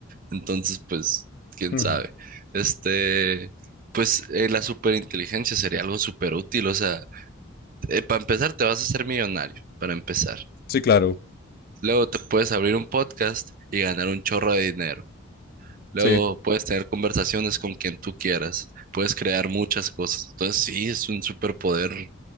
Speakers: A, on the right; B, on the left.
A: Entonces, pues, quién
B: Ujú.
A: sabe. Este, pues, eh, la superinteligencia sería algo súper útil. O sea, eh, para empezar, te vas a hacer millonario, para empezar.
B: Sí, claro.
A: Luego te puedes abrir un podcast y ganar un chorro de dinero. Luego
B: Sí,
A: puedes tener conversaciones con quien tú quieras. Puedes crear muchas cosas. Entonces, sí, es un superpoder